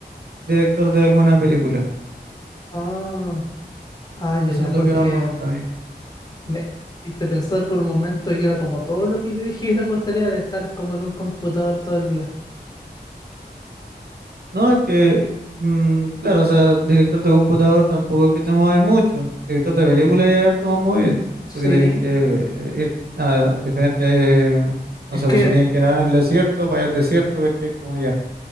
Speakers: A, on the right; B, on the left.
A: director de alguna película.
B: Ah, ah, ya,
A: Eso
B: ya,
A: es
B: porque
A: lo que más me gusta a mí.
B: me hiciste pensar por un momento y era como todo lo que yo dije que no me gustaría de estar como en un computador todo el día.
A: No, es que, mm, claro, o sea, director de computador tampoco es que te mueváis mucho. Director de película ya es harto más movido,
B: Sí,
A: porque tenéis que eh, ir a diferentes, eh, no
B: es
A: sé,
B: que,
A: pues si tenéis que ir en el desierto, vaya al desierto, ¿cachai? Como ya.